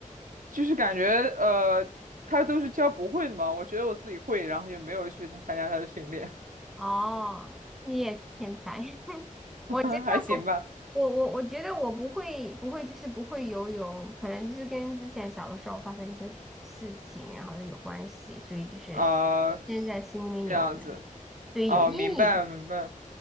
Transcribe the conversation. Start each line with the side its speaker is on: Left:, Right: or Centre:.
Right: 就是感觉呃，他都是教不会的嘛，我觉得我自己会，然后就没有去参加他的训练，
Centre: <laughs> 哦，你也是天才。<laughs>
Right: <laughs>
Centre: 我觉得我我我我觉得我不会不会就是不会游泳，
Right: 还行吧，
Centre: 可能就是跟之前小的时候发生一些事情，然后呢有关系，所以就是
Right: 啊、
Centre: 现在心里面有
Right: 这样子，
Centre: 对有阴影，
Right: 哦、明白明白